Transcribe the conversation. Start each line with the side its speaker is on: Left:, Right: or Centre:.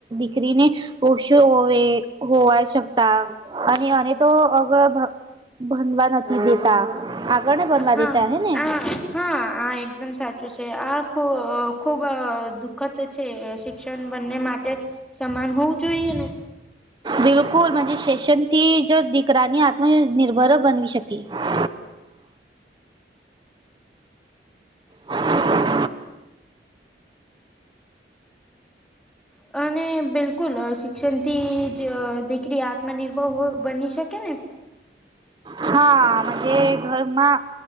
Right: વરીને ઓષ હોવે હોવા શકતા અને એને તો અગળ ભનવા નથી દેતા ઘણા બનવા
Centre: હા.
Right: દેતા હે ને
Centre: આ હા આ એકદમ સાચું છે આ ખ ખુબ દુ વખત છે શિક્ષણ બંને માટે સમાન હોવું જોઈએ ને
Right: બિલકુલજ શેશનથી જ દીકરાની આત્મ નિર્ભર બનવી શકી હ
Centre: અને બિલકુલ શિક્ષણ થી જ દીકરી આત્મનિર્ભર બની શકે ને
Right: હા ઘરમાં